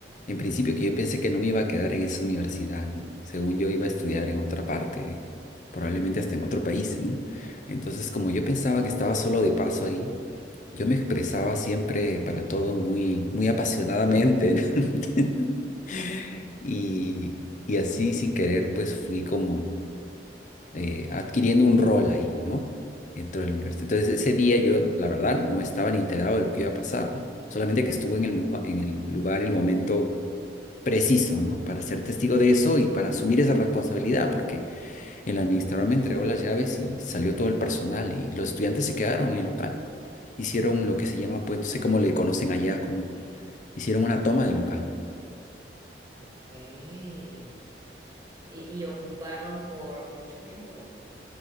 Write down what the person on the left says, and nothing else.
en principio que yo pensé que no me iba a quedar en esa universidad, ¿no? Según yo iba a estudiar en otra parte, probablemente hasta en otro país, ¿no? Entonces, como yo pensaba que estaba solo de paso ahí, yo me expresaba siempre para todo muy, muy apasionadamente, ¿no? <laughs> Y, y así sin querer, pues fui como eh, adquiriendo un rol ahí, ¿no? Dentro de la universidad. Entonces, ese día yo, la verdad, no estaba ni enterado de lo que iba a pasar, ¿no? Solamente que estuve en el, moma- en el lugar, el momento preciso, ¿no? Para ser testigo de eso y para asumir esa responsabilidad, porque el administrador me entregó las llaves y salió todo el personal y los estudiantes se quedaron en el local. Hicieron lo que se llama, pues, no sé cómo le conocen allá, como hicieron una toma del local.